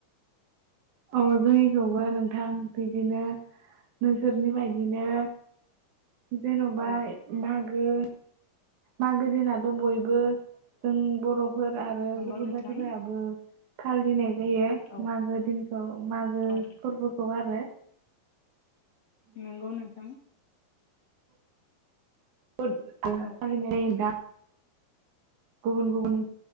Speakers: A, on the right (about 60°); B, on the left (about 50°).
A: अ जायो। खौबो नोंथां बिदिनो नोंसोरनि बायदिनो जेनबा
B: औ
A: मागो मागो दिनाथ' बयबो जों बर' फोर आरो
B: नंगौ
A: गुबुन
B: नोंथां
A: जाथिफोराबो फालिनाय जायो
B: औ
A: मागो दिन ओ मागो
B: औ
A: फोरबोखौ आरो
B: नोंगौ नोंथां।
A: <unintelligible>
B: औ
A: गुबुन गुबुन।